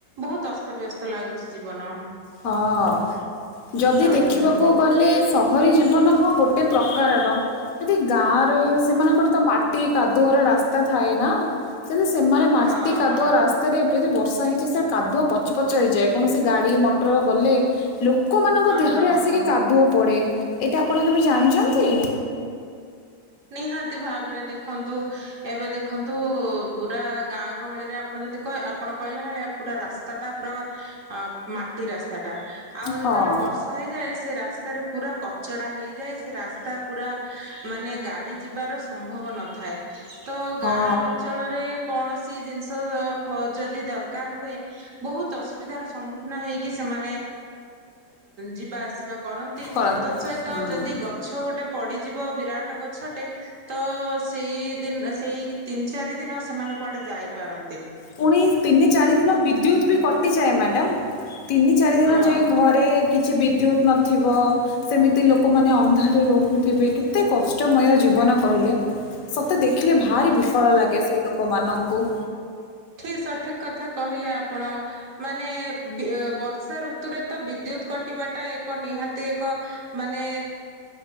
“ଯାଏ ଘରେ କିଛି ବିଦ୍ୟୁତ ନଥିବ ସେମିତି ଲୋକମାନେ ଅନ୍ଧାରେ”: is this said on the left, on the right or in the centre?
Left